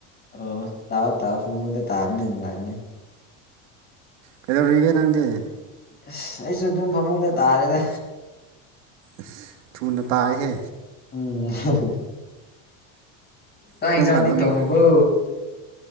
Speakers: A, on the left (about 25°); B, on the right (about 80°).
A: ꯑꯣ ꯇꯥꯎ ꯇꯥꯎ ꯐꯥꯃꯨꯡꯗ ꯇꯕꯅꯥ ꯍꯦꯟꯅꯥ ꯅꯨꯡꯉꯥꯏꯕꯅꯤ
B: ꯀꯩꯗꯧꯔꯤꯒꯦ ꯅꯪꯗꯤ
A: ꯑꯁ ꯑꯩꯁꯨ ꯑꯗꯨꯝ ꯐꯃꯨꯡꯗ ꯇꯥꯔꯦꯗ
B: ꯑꯁ ꯊꯨꯅ ꯇꯥꯏꯍꯦ
A: ꯎꯝ ꯆꯥꯛ
B: ꯀꯔꯝ
A: ꯏꯟꯖꯥꯡꯗꯤ
B: ꯀꯥꯟꯗ
A: ꯊꯣꯡꯉꯥꯕꯣ
B: ꯑꯃꯨꯛ